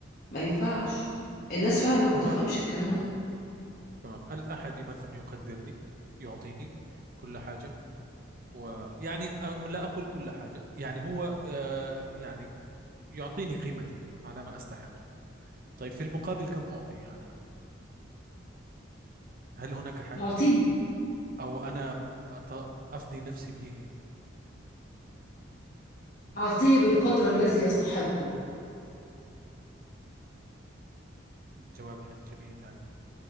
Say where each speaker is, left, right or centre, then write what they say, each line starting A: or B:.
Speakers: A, on the left (about 45°); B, on the right (about 45°).
A: ما ينفعش الناس فعلا ما بتفهمش
B: تمام
A: الكلام ده
B: تمام الأحد مثلا يقدرني يعطيني كل حاجة ويعني أم لا أقول كل حاجة يعني هو آه، يعني يعطيني قيمتي على ما أستحق طيب في المقابل كم أعطيه أنا هل هناك حد
A: اعطيه
B: أو أنا أط- أفدي نفسي به
A: اعطيه بالقدر
B: أو-
A: الذي يستحقه
B: جواب ح- جميل هذا